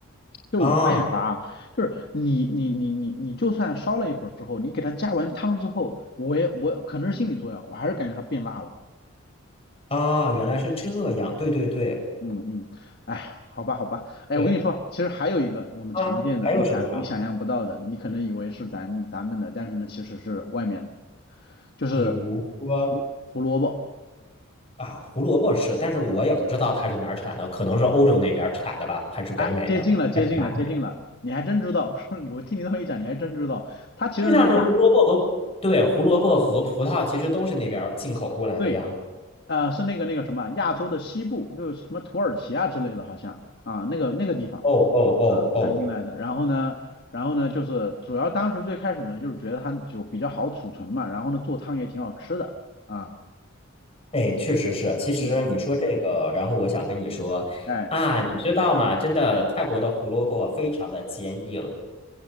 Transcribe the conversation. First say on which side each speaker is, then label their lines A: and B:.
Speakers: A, on the left; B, on the left.
A: 就是我发现啥啊，
B: 啊
A: 就是你你你你你就算烧了一会儿之后，你给它加完汤之后，我也我可能是心理作用，我还是感觉它变辣了。
B: 啊，原来是这样，对对对
A: 嗯嗯，哎，好吧好吧，哎，
B: 对
A: 我跟你说，其实还有一个我们常见的，
B: 啊，还有什么啊？
A: 你想你想象不到的，你可能以为是咱们咱们的，但是呢，其实是外面的，就是
B: 比如说。
A: 胡胡萝卜。
B: 啊，胡萝卜是，但是我也不知道它是哪儿产的，可能是欧洲那边儿产的吧，还是北美的，
A: 哎，接近了接近了接近了，
B: 还是哪里的？
A: 你还真知道。<laughs> 我说你，我听你那么一讲，你还真知道，它其实是亚，
B: 就像是胡萝卜和，对，胡萝卜和葡萄其实都是那边儿进口过来的呀。
A: 对，
B: 哦
A: 呃，是那个那个什么亚洲的西部，就是什么土耳其啊之类的，好像啊，那个那个地方。
B: 哦哦哦，
A: 啊，摊进来的。然后呢，然后呢，就是主要当时最开始呢，就是觉得它就比较好储存嘛，然后呢，做汤也挺好吃的啊。
B: 哎，确实是。其实你说这个，
A: 嗯嗯，
B: 然后我想跟你说啊，
A: 哎，
B: 你知道吗？真的，泰国的胡萝卜非常的坚硬。